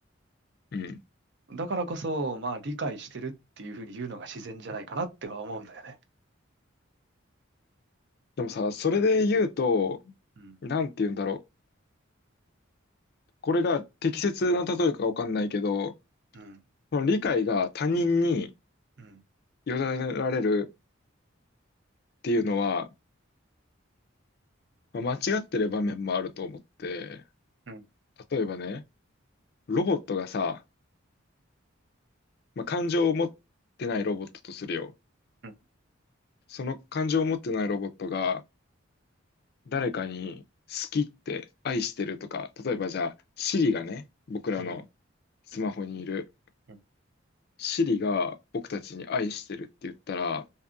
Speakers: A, on the left; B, on the right.
A: うん。
B: ん。だからこそ、まあ、理解してるっていうふうに言うのが自然じゃないかなっては思うんだよね。
A: でもさ、それで言うと、
B: うん。
A: なんて言うんだろう。これが適切な例えかわかんないけど、
B: うん。
A: この理解が他人に
B: うん。
A: 委ねられるっていうのは、まあ間違ってる場面もあると思って、
B: うん。
A: 例えばね、ロボットがさ、まあ、感情を持ってないロボットとするよ。
B: うん。
A: その感情を持ってないロボットが誰かに好きって愛してるとか、例えばじゃあ、Siri がね、僕らの
B: うん。
A: スマホにいる、
B: うん
A: Siri が僕たちに愛してるって言ったら、